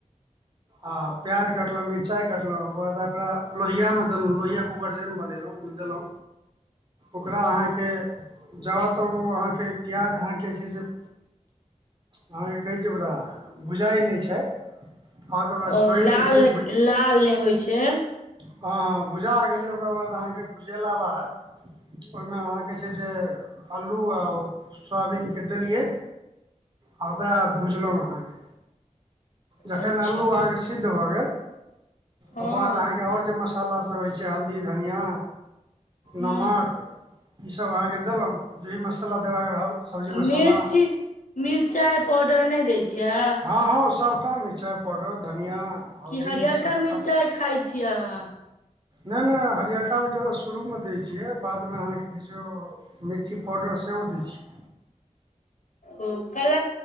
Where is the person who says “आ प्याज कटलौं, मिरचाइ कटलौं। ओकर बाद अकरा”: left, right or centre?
Right